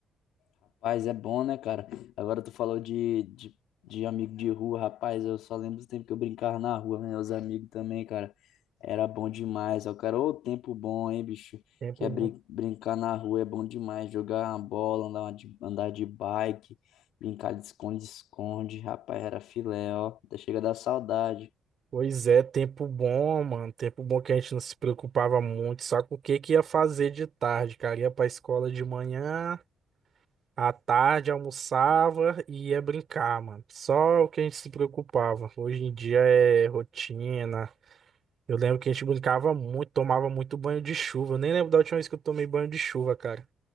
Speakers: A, on the left; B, on the right.
A: Rapaz, é bom, né, cara? Agora tu falou de, de, de amigo de rua, rapaz, eu só lembro do tempo que eu brincava na rua, meus amigos também, cara. Era bom demais, ó, cara, ô tempo bom, hein, bicho?
B: Tempo
A: Que é
B: bom.
A: brin- brincar na rua é bom demais, jogar uma bola, andar, de, andar de bike, brincar de esconde-esconde, rapaz, era filé, ó, até chega a dar saudade.
B: Pois é, tempo bom, mano. Tempo bom que a gente não se preocupava muito, só com o que que ia fazer de tarde, cara. Ia pra escola de manhã, à tarde almoçava e ia brincar, mano. Só o que a gente se preocupava. Hoje em dia é rotina. Eu lembro que a gente brincava muito, tomava muito banho de chuva. Eu nem lembro da última vez que eu tomei banho de chuva, cara.